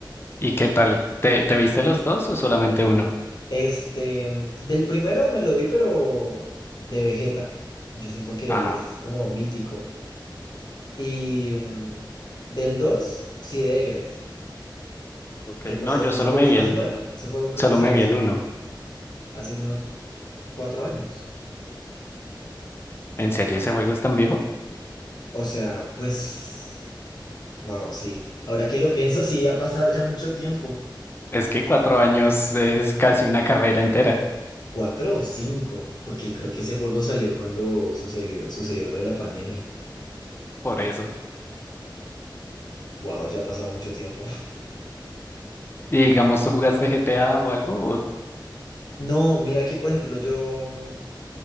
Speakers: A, on the left; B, on the left.
A: ¿Y qué tal? ¿Te, te viste los dos o solamente uno?
B: Este, mm, del primero me lo vi, pero de Vegeta. Yo siento que
A: Ajá,
B: él es como mítico. Y mm, del 2 sí de Egref,
A: ok.
B: que pues
A: No,
B: e-
A: yo solo
B: ese juego
A: me
B: es
A: vi
B: más
A: el,
B: nuevo. Ese juego creo
A: solo
B: que salió
A: me vi
B: hace,
A: el uno.
B: hace unos cuatro años.
A: ¿En serio ese juego es tan viejo?
B: O sea, pues, wow, sí. Ahora que lo pienso, sí, ha pasado ya mucho tiempo.
A: Es que cuatro años es casi una carrera entera,
B: Cuatro o cinco, porque creo que ese juego salió cuando sucedió, sucedió lo de la pandemia.
A: por eso.
B: Wow, ya ha pasado mucho tiempo. <laughs>
A: Y digamos, ¿tú jugaste GTA o algo? ¿O-
B: No, mira que por ejemplo yo mm,